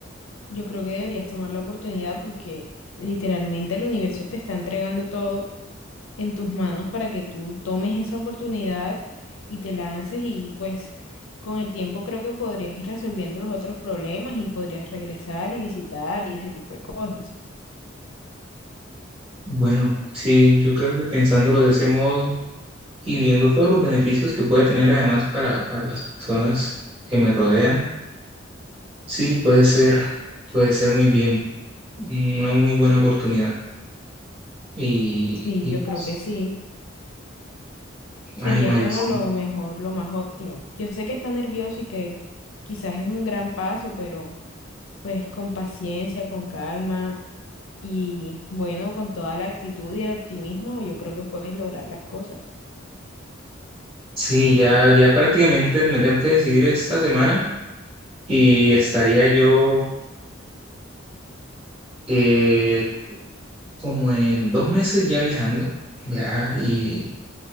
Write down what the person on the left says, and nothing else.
Yo creo que deberías tomar la oportunidad porque literalmente el universo te está entregando todo en tus manos para que tú tomes esa oportunidad y te lances y pues con el tiempo creo que podrías ir resolviendo los otros problemas y podrías regresar y visitar y ese tipo de cosas.
Sí,
yo
creo que sí. Sería
como
lo mejor, lo más óptimo. Yo sé que está nervioso y que quizás es un gran paso, pero pues con paciencia, con calma Y bueno, con toda la actitud y el optimismo, yo creo que puedes lograr las cosas.